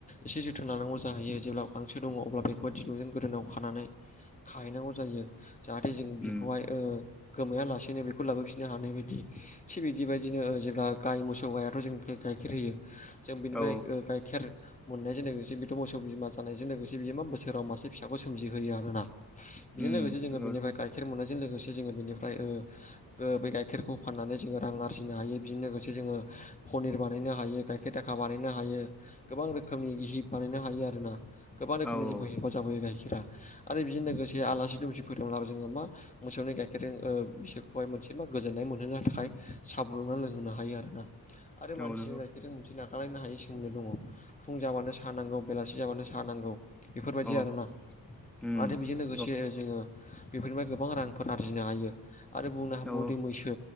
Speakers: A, on the left; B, in the centre.
A: एसे जोथोन लानांगौ जाहैयो जेब्ला गांसो दङ अब्ला बेखौहाय दिरुंजों गोदोनायाव खानानै खाहैनांगौ जायो। जाहाथे जों बेखौहाय
B: उम
A: ओ गोमायालासेनो बेखौ लाबोफिननो हानाय बायदि। थिग बिदि बायदिनो ओ जेब्ला गाइ मोसौ गायाथ' जोंनि गाइखेर होयो। जों बिनिफ्राय
B: औ
A: ओ गाइखेर मोननायजों लोगोसे बेथ' मोसौ बिमा जानायजों लोगोसे बियो मा बोसोराव मासे फिसाबो सो मजिहोयो आरोना। बेजों
B: उम
A: लोगोसे जोङो
B: नंगौ
A: बेनिफ्राय
B: नंगौ
A: गाइखेर मोननायजों लोगोसे जोङो बेनिफ्राय ओ ओ बे गाइखेरखौ फाननानै जोङो रां आरजिनो हायो बेजों लोगोसे जोङो पनिर बानायनो हायो गाइखेर दाखा बानायनो हायो गोबां रोखोमनि गिहि बानायनो हायो आरोना। गोबां रोखोमनि
B: औ औ
A: जोंखौ हेफाजाब होयो गाइखेरा। आरो बेजों लोगोसे आलासि दुमसि फैदोंब्लाबो जोङो मा मोसौनि गाइखेरजों ओ बिसोरखौहाय मोनसे मा गोजोननाय मोनहोनो थाखाय सा फुदुंना लोंहोनो हायो आरोना। आरो मानसि
B: औ नंगौ
A: होननाय गायखेरजों मोनसे नागारलायनो हायै सोमोनदो दङ। फुं जाबानो साहा नांगौ बेलासि जाबानो साहा नांगौ। बेफोरबायदि
B: औ
A: आरोना।
B: उम
A: आरो बेजों लोगोसे
B: नंगौ
A: जोङो बेफोरनिफ्राय गोबां रांफोर आरजिनो हायो। आरो बुंनो हाबावोदि
B: औ औ
A: मैसो